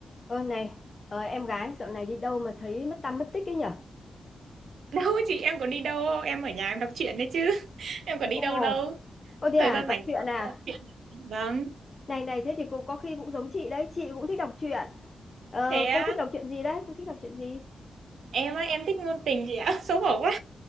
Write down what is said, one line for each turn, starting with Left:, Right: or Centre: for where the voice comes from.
Left: Ơ này, ờ, em gái dạo này đi đâu mà thấy mất tăm mất tích ấy nhở?
Right: Đâu chị em có đi đâu Em ở nhà em đọc truyện đấy chứ. <laughs> Em có đi
Left: Ồ,
Right: đâu đâu.
Left: ô thế
Right: Thời
Left: à,
Right: gian
Left: đọc
Right: rảnh
Left: truyện à?
Right: đọc truyện. Vâng.
Left: Này này, thế thì cô có khi cũng giống chị đấy, chị cũng thích đọc truyện. Ờ,
Right: Thế á,
Left: cô thích đọc truyện gì đấy? Cô thích đọc truyện gì?
Right: em á, em thích ngôn tình chị ạ. <laughs> Xấu hổ quá.